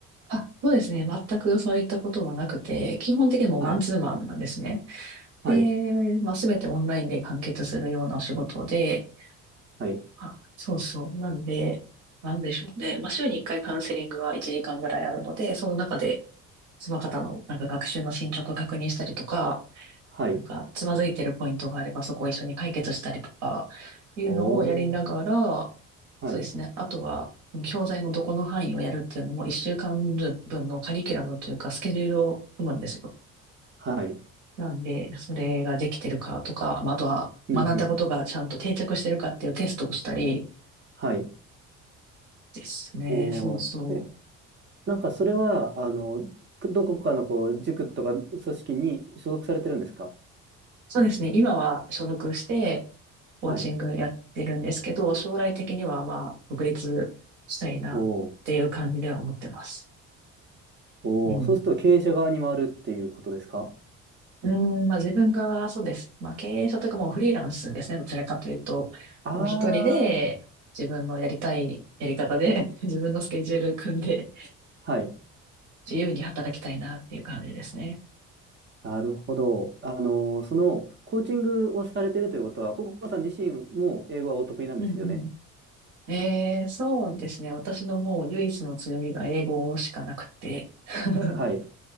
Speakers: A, on the right; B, on the right.
A: あ、そうですね。全くそういったことはなくて、基本的にもうマンツーマンなんですね。
B: はい、はい、
A: で、まあ、すべてオンラインで完結するようなお仕事で、
B: はい、
A: あ、そうそう。なんで、なんでしょうね。まあ、週に1回カウンセリングが1時間ぐらいあるので、その中で、その方のなんか学習の進捗を確認したりとか、
B: はい。
A: なんか、つまずいてるポイントがあれば、そこを一緒に解決したりとか、いうのをやりながら、
B: おー、はい、
A: そうですね。あとは、うん教材のどこの範囲をやるっていうのも、一週間分のカリキュラムというか、スケジュールを組むんですよ。
B: はい、
A: なんで、それができてるかとか、まああとは、
B: うん、
A: 学んだことがちゃんと定着してるかっていうテストをしたり
B: うん、はい、
A: ですね。
B: おー。
A: そうそう。
B: え、なんかそれは、あの、くどこかのこう、塾とか組織に所属されてるんですか
A: そうですね。今は所属して、コーチングやってるんですけど、
B: はい。
A: 将来的にはまあ、独立したいなっていう感じでは思ってます。
B: おー、おー、
A: うん。
B: そうすると経営者側に回るっていうことですか
A: うん、まあ自分がそうです。まあ経営者というかもうフリーランスですね。どちらかというと、
B: あー、
A: もう一人で自分のやりたいやり方で <laughs> 自分のスケジュール組んで
B: はい。
A: 自由に働きたいなっていう感じですね。
B: なるほど。あの、その、コーチングをされてるということは、ココさん自身も英語はお得意なんですよね。
A: うんうん。えー、そうですね。私のもう唯一の強みが英語しかなくて。<laughs>
B: はい。